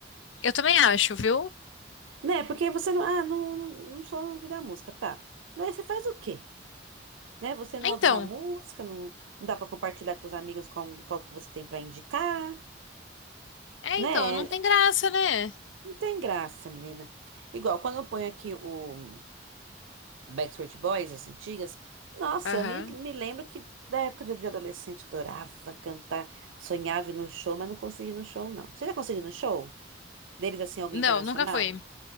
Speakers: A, on the left; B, on the right.
A: Eu também acho, viu?
B: né? Porque você não, ah, não, não não sou movido à música, tá. Mas aí você faz o quê? Né? Você não
A: Então,
B: ouve uma música, não, não dá pra compartilhar com os amigos qual, qual que você tem pra indicar,
A: é
B: né?
A: então, não tem graça, né?
B: Não tem graça, menina. Igual, quando eu ponho aqui o, o Backstreet Boys, as antigas, nossa,
A: Aham.
B: eu me, me lembro que da época de, de adolescente eu adorava cantar, sonhava ir no show, mas não conseguia ir no show, não. Você já conseguiu ir no show? Deles, assim, alguém
A: Não,
B: internacional?
A: nunca foi.